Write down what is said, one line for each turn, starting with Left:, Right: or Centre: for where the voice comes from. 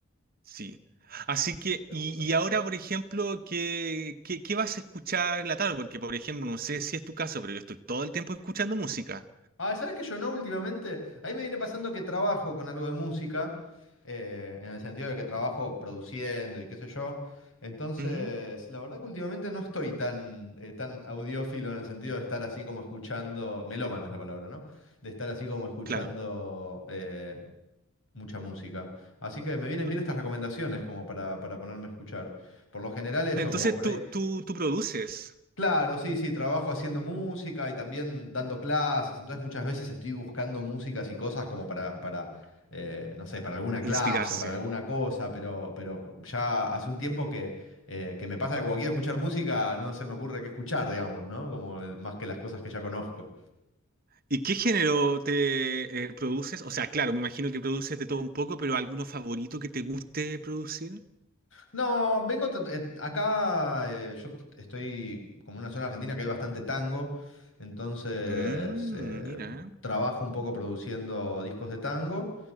Right: Sí. Así que,
Left: Voy
Right: y,
Left: a buscar.
Right: y ahora, por ejemplo, ¿qué, qué, qué vas a escuchar en la tarde? Porque, por ejemplo, no sé si es tu caso, pero yo estoy todo el tiempo escuchando música.
Left: Ah, ¿sabes que yo no últimamente? Ahí me viene pasando que trabajo con algo de música, eh, en el sentido de que trabajo produciendo y qué sé yo. Entonces,
Right: Ujú,
Left: la verdad que últimamente no estoy tan, eh, tan audiófilo en el sentido de estar así como escuchando, melómano es la palabra, ¿no? De estar así como escuchando
Right: claro.
Left: eh, mucha música. Así que me vienen
Right: Ah,
Left: bien estas recomendaciones como para, para ponerme a escuchar. Por lo general eso,
Right: Entonces,
Left: como por
Right: tú,
Left: ahí.
Right: tú, tú produces
Left: Claro, sí, sí, trabajo haciendo música y también dando clases, entonces muchas veces estoy buscando músicas y cosas como para, para eh, no sé, para alguna clase
Right: inspirarse.
Left: o para alguna cosa, pero, pero ya hace un tiempo que, eh, que me pasa que cuando quiero escuchar música no se me ocurre qué escuchar, digamos, ¿no? Como el- más que las cosas que ya conozco.
Right: ¿Y qué género te eh, produces? O sea, claro, me imagino que produces de todo un poco, pero ¿alguno favorito que te guste producir?
Left: No, vengo t- eh, acá, eh, yo t- estoy como en una zona argentina que hay bastante tango, entonces
Right: Mm,
Left: eh,
Right: mira.
Left: trabajo un poco produciendo discos de tango